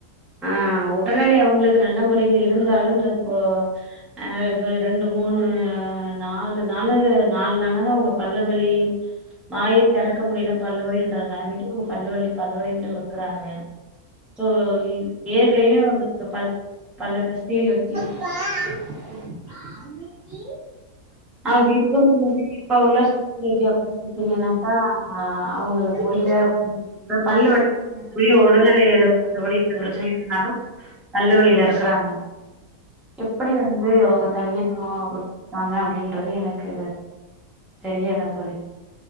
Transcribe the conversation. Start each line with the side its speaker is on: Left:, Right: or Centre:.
Centre: அ உடல்நெல அவுங்களுக்கு நல்ல முறையில இருந்தாலும் இந்த போ அ இப்ப ரெண்டு மூணு நாலு நாலு நாலு நாளாக ஒ பல்லு வலி வாயே தெறக்க முடியல பல்லு வலின்ற நலமைக்கு பல்லு வலி பல்லு வலின்ட்டுருக்குறாங்க சோ யே ஏற்கயே ப <unintelligible>
Right: வா <inaudible>
Centre: சரிங்
Right: ஆ அன்னிக்கி
Centre: அப்டி இருக்க முல்ல இப்ப உள்ள சூழ்நெலக்கி அப்ன இருப்பீங்கனாக்கா அ அவுங்களுக்கு
Right: ம்.
Centre: முடியல பல்லு வலி மத்தபடி உடல்நெலய மத்தபடி எந்த பிரச்சனையும் இருந்தாலும் பல்லு வலில இருக்குறாங்கோ எப்படி வந்து அவுங்க தனியா பாங்க அப்டின்றது எனக்கு தெரியல தோழி